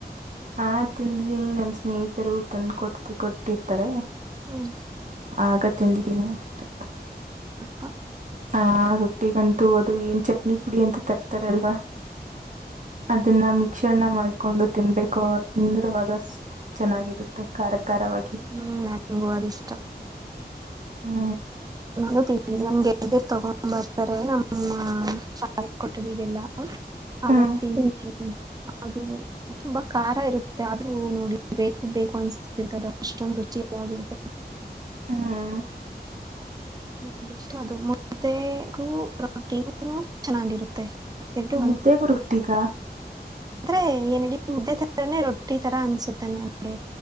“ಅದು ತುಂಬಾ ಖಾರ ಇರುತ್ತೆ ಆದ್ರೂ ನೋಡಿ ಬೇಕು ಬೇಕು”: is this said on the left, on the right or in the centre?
Right